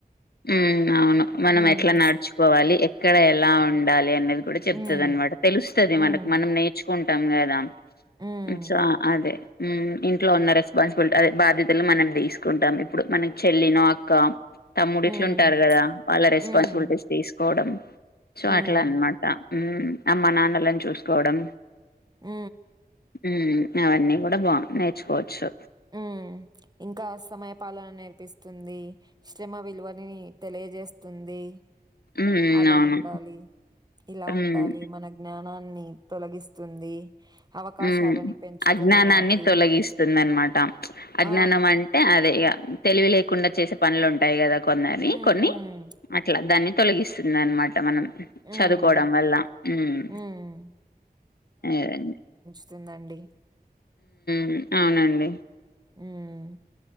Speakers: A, on the left; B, on the right.
A: ఊ అవును మనం
B: హ్మ్.
A: ఎట్ల నడుచుకోవాలి, ఎక్కడ ఎలా ఉండాలి అనేది. కూడా చెప్తంది
B: హ్మ్.
A: అనమాట తెలుస్తది
B: హ్మ్.
A: మనకు మనం నేర్చుకుంటాం కదా.
B: హ్మ్.
A: ఇచ్చా అదే. ఊ ఇంట్లో ఉన్న రెస్పాన్సిబిలిటీ అదే బాధ్యతలు మనం తీసుకుంటాం ఇప్పుడు మన చెల్లినో అక్క తమ్ముడిట్లుంటారు
B: హ్మ్.
A: కదా వాళ్ళ రెస్పాన్సిబిలిటీస్
B: హ్మ్.
A: తీసుకోవడం. సో
B: హ్మ్.
A: అట్లా అనమాట ఊ అమ్మ నాన్నలని చూసుకోవడం.
B: ఊ
A: ఊ అవన్నీ కూడా బా నేర్చుకోవచ్చు.
B: ఊ ఇంకా సమయ పాలన నేర్పిస్ తుంది శ్రమ విలువలని తెలియజేస్తుంది.
A: మ్మ్
B: అలా
A: అవును
B: ఉండాలి ఇలా ఉండాలి
A: మ్మ్
B: మన జ్ఞానాన్ ని తొలగిస్తుంది అవకాశాలని
A: మ్
B: పెంచుతుంది
A: అజ్ఞానాన్ని
B: మనకి.
A: తొలగిస్తుందన్నమాట
B: ఆ!
A: అజ్ఞానం అంటే అదే ఇగ తెలివి లేకుండా చేసే పనులు ఉంటాయి కదా కొన్నని
B: హ్మ్.
A: కొన్ని
B: హ్మ్.
A: అట్లా దాన్ని తొలగిస్తుందన్నమాట మనం
B: హ్మ్.
A: చదువుకోవడం వల్ల మ్
B: హ్మ్.
A: అదండి
B: వస్తుందండి
A: మ్ అవునండి
B: హ్మ్.